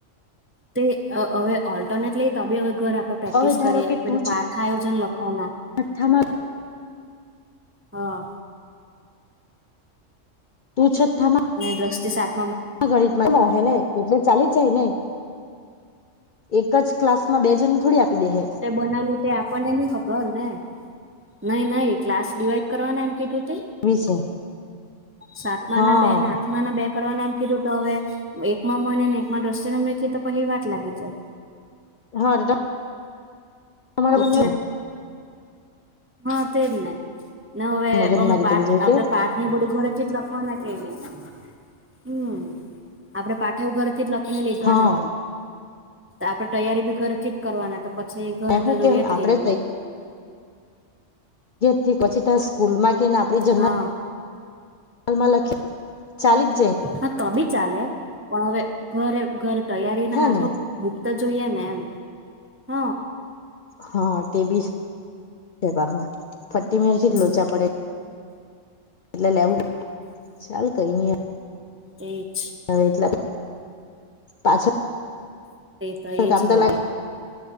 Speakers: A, on the right; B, on the left.
A: તે હવે ઓલ્ટરનેટલી. તો બી હવે ઘર આપડે પ્રેક્ટિસ
B: હવે ધારો
A: કરીએ
B: કે
A: પેલું
B: તું
A: પાઠ આયોજન લખવાના.
B: છઠ્ઠામાં
A: હા.
B: તું છતામાં
A: ને દસ થી સાત
B: ગણિત માં એમ હ ને એટલે ચાલી જ જાય ને. એક જ ક્લાસમાં બે જણને થોડી આપી દે હે.
A: બનાવ્યું તે આપણને બી ખબર ને નઈ નહી ક્લાસ ડિવાઈડ કરવાના એમ કેટું તઈ
B: એવી છે.
A: સાતમા
B: હા.
A: ના બેન આ મના બે કરવા એમ કીધું તો હવે એકમાં મને ને એકમાં દ્રશ્ય મૂકી તો પછી વાટ લાગી જાય.
B: હા, <unintelligible> તમારા
A: એટલે
B: બંને
A: હા તેજ ને, ને હવે
B: મગજ
A: અમે
B: મારી
A: પાચ
B: પડી જાય
A: આપડે
B: કે
A: પાચ મે બડું ઘરેથી જ લખવાના કે નહી, હમ, આપડે પાઠવું ઘરે થી લખીને લીધવાના,
B: હા
A: આપડે તૈયારી બી ઘરથી જ કરવાના પછી ઘરે
B: મે હું
A: તો જોઈ
B: કેમ
A: જ
B: આપડે
A: કે નહી.
B: થી પછી ત્યાં સ્કૂલમાં કે ને આપણી જન્મ
A: હા
B: હાલમાં લખી ચાલીસ
A: હા ત બી ચાલે, પણ હવે ઘરે ઘરે તૈયારીને
B: હે
A: સારું
B: ને
A: બુકતા જોઈએ ને એમ, હ.
B: હા તે બી, ફ્ટ મિનિટથી
A: હમ
B: લોચા પડે. એટલે લેવડ ચાલ કઈ નઈ.
A: તે જ.
B: હવે એટલા પાછળ
A: તો એજ
B: કામ
A: હો,
B: લાગે